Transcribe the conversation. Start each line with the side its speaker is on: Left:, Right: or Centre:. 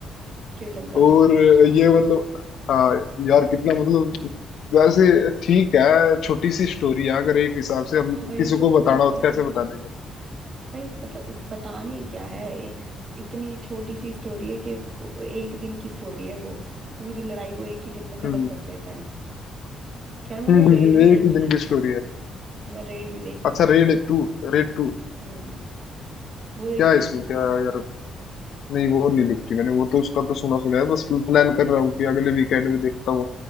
Right: श्रीलंका
Left: और
Right: से अच्छा
Left: ये मतलब हाँ यार कितना मतलब वैसे ठीक है छोटी सी स्टोरी है अगर एक हिसाब से
Right: हाँ
Left: हम
Right: वही
Left: किसी
Right: तो
Left: को बताना
Right: ऐस-
Left: हो तो कैसे बता देंगे
Right: भाई मतलब बताने क्या है ए- इतनी छोटी सी स्टोरी है कि एक दिन की स्टोरी है वो पूरी लड़ाई वो एक ही दिन में खत्म
Left: हम्म
Right: कर लेता है खैर मैंने
Left: हम्म हम्म,
Right: रेड
Left: हम्म,
Right: भी
Left: एक
Right: देख
Left: ही
Right: ली
Left: दिन की स्टोरी है
Right: मैं रेड भी देखा ही
Left: अच्छा रेड टू रेड टू
Right: हम्म वो देख
Left: क्या है
Right: ली
Left: इसमें क्या है यार नहीं वो नहीं देखी मैंने वो तो उसका तो सुना सुना है बस प्लान कर रहा हूँ कि अगले वीकेंड में देखता हूँ